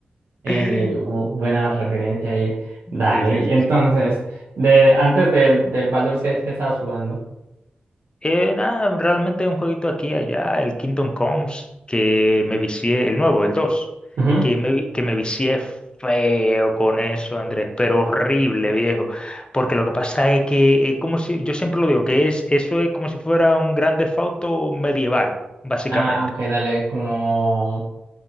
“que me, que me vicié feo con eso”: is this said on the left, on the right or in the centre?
Left